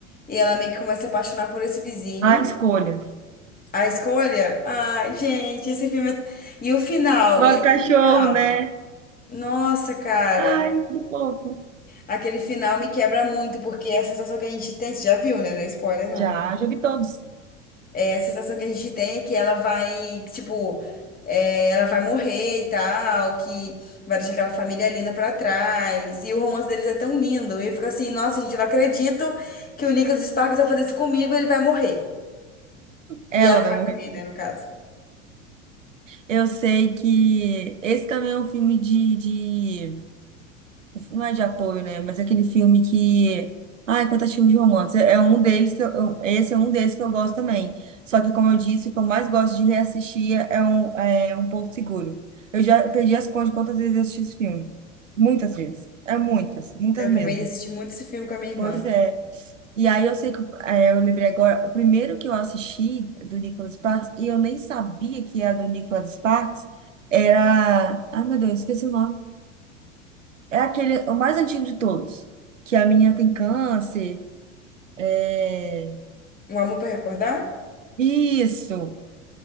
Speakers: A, on the left (about 25°); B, on the right (about 85°).
A: e ela meio que começa a se apaixonar por esse vizinho.
B: A escolha.
A: A escolha? Ai, gente, esse filme. é- E o final?
B: Nove
A: E aquele
B: cachorro,
A: final?
B: né?
A: Nossa, cara.
B: Ai, que fofo.
A: Aquele final me quebra muito, porque é a sensação que a gente tem. Você já viu, né? Não é spoiler,
B: Já,
A: não, né?
B: já vi todos.
A: É, a sensação que a gente tem é que ela vai, que, tipo, é, ela vai morrer e tal, que vai deixar aquela família linda pra trás. E o romance deles é tão lindo. E eu fico assim, nossa, gente, eu não acredito que o Nicholas Sparks vai fazer isso comigo, ele vai morrer.
B: Ela
A: E ela
B: vai
A: vai
B: morrer.
A: morrer, né, no caso.
B: Eu sei que esse também é um filme de, Não é de apoio, né? Mas é aquele filme que. Ai, quantos filmes de romance. É um deles que eu, eu- Esse é um deles que eu gosto também. Só que, como eu disse, o que eu mais gosto de reassistir é um, é um Porto Seguro. Eu já perdi as contas de quantas vezes eu assisti esse filme. Muitas vezes. É muitas, muitas
A: Eu
B: mesmo.
A: também assisti muito esse filme com a minha irmã.
B: Pois é. E aí eu sei que é, eu lembrei agora, o primeiro que eu assisti do Nicholas Sparks, e eu nem sabia que era do Nicholas Sparks, era. Ai, meu Deus, esqueci o nome. É aquele, o mais antigo de todos. Que a menina tem câncer. É...
A: Um Amor pra Recordar?
B: Isso,